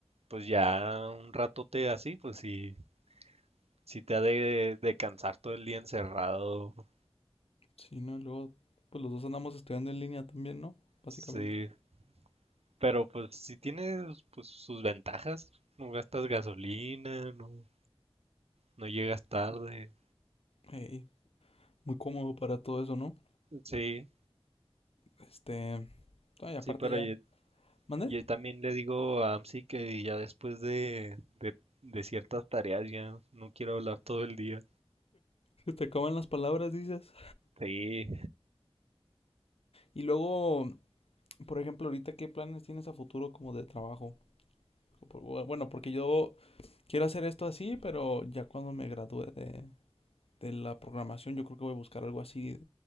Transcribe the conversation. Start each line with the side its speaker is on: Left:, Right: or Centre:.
Right: pues ya un ratote así, pues sí, sí te ha de, de cansar todo el día encerrado.
Left: Sí, ¿no? Y luego, pues los dos andamos estudiando en línea también, ¿no? Básicamente.
Right: Sí, pero pues sí tiene pues, sus ventajas. No gastas gasolina, no, no llegas tarde.
Left: Ey, muy cómodo para todo eso, ¿no?
Right: Sí,
Left: Este... Ay, aparte
Right: sí, pero
Left: ya... ¿Mande?
Right: Yo también le digo a Amsi que ya después de, de, de ciertas tareas ya no quiero hablar todo el día.
Left: Se te acaban las palabras, dices.
Right: Sí.
Left: Y luego, por ejemplo, ahorita, ¿qué planes tienes a futuro como de trabajo? por- Bueno, porque yo quiero hacer esto así, pero ya cuando me gradúe de, de la programación, yo creo que voy a buscar algo así